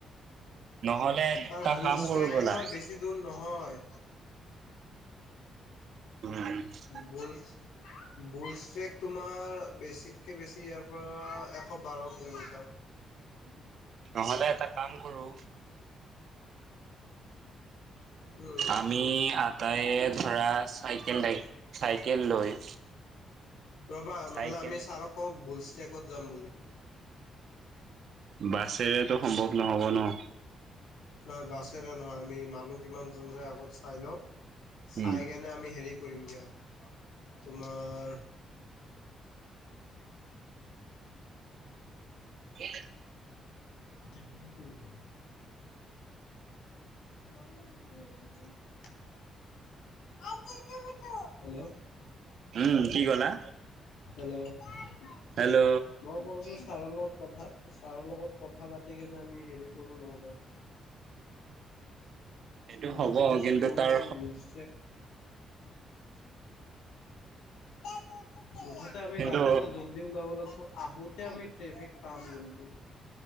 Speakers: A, on the right; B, on the left.
A: নহ'লে এটা
B: আৰু বুলষ্ট্ৰেক
A: কাম কৰো ব'লা,
B: তোমাৰ বেছি দূৰ নহয়।
A: উম।
B: বুল বুল‌ষ্ট্ৰেক চেক তোমাৰ বেছিতকে বেছি ইয়াৰ পৰা এশ বাৰ কিলোমিটাৰ। হয়। <unintelligible>
A: নহলে এটা কাম কৰো।
B: উম।
A: আমি আটা এ ধৰা চাইকেল তাই। চাইকেল লৈ।
B: ৰবা নহলে
A: চাইকেল
B: আমি ছাৰকো কৌ বুল টেপ্টকত যাম বুলি।
A: বাছেৰেতো সম্ভৱ নহ'ব ন।
B: নহয় বাছেৰে নহয় আমি মানুহ কিমান জন যায় আগত চাই লওঁ চাই
A: উম,
B: কেনে আমি হেৰি। কৰিম দিয়া তোমাৰ।
A: <unintelligible>
B: তেনেনে কৰি। মোৰ ন মগনন্তু। <unintelligible> ঐ ইয়ো মোৰো হেল্ল।
A: উম, কি ক'লা?
B: হেল্ল'
A: হেল্ল'
B: মই কৈছো ছাৰ লগ। কথা ছাৰৰ লগত কথা পাতি কেনে আমি হেৰি কৰো নহলে।
A: সেইটো
B: অ
A: হব
B: তোমাৰ
A: কিন্তু
B: শ্বিলঙৰ
A: তাৰ।
B: এই বুল ট্ৰেক তে তো মুঠতে আমি
A: কিন্তু
B: ৰাতিপুৱা জল্দি উওলাব লাগিব। আহোতে আমি ট্ৰেফিক পাম কিন্তু।